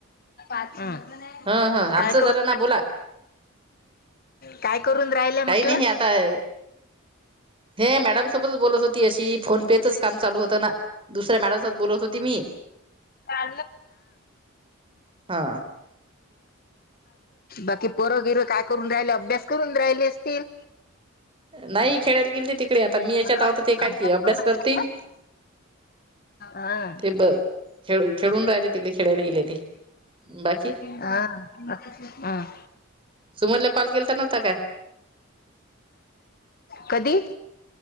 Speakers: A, on the left; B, on the right.
A: हम्म
B: हं, हं,
A: काय
B: आमचं
A: करून
B: झालं ना बोला
A: काय करून राहिलय म्हटलं?
B: काही नाही आता हे मॅडम सोबतच बोलत होती अशी, फोन पेेचच काम चालू होतं ना दुसऱ्या मॅडम सोबत बोलत होती मी
A: आ
B: हा
A: बाकी पोरं, बिरं, काय करून राहिले, अभ्यास करून राहिले असतील.
B: नाही खेळायला गेल ते तिकडे, आता मी याच्यात
A: हॅलो
B: हाव, ते काय अभ्यास
A: करून राहिले
B: करतील?
A: का हा
B: ते ब खेळ खेळून राहिले, तिकडे खेळायला गेले ते बाकी
A: हा, हम
B: सुमनला कॉल केलता नव्हता का?
A: कधी?